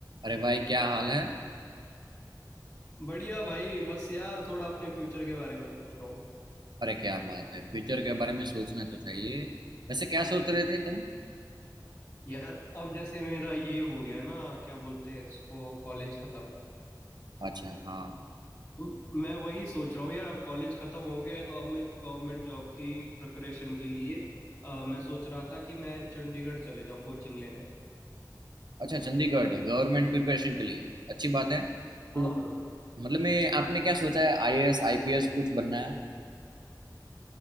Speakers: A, on the right (about 75°); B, on the left (about 40°).
A: अरे भाई क्या हाल है
B: बढ़िया भाई बस यार थोड़ा अपने फ्यूचर के बारे में सोच रहा हूँ
A: अरे क्या बात है फ्यूचर के बारे में सोचना तो चाहिए वैसे क्या सोच रहे थे तुम
B: यार अब जैसे मेरा ये हो गया ना क्या बोलते हैं इसको कॉलेज खत्म
A: अच्छा हाँ
B: म- मैं वही सोच रहा हूँ यार अब कॉलेज खत्म हो गया है तो अब मेरे को गवर्नमेंट जॉब की प्रिपरेशन के लिए अ, मैं सोच रहा था कि मैं चंडीगढ़ चले जाऊँ कोचिंग लेने
A: अच्छा चंडीगढ़ गवर्नमेंट प्रिपरेशन के लिए अच्छी बात है
B: हाँ
A: तो
B: ब्रो
A: मतलब मैं आपने क्या सोचा है आईएएस आईपीएस कुछ बनना है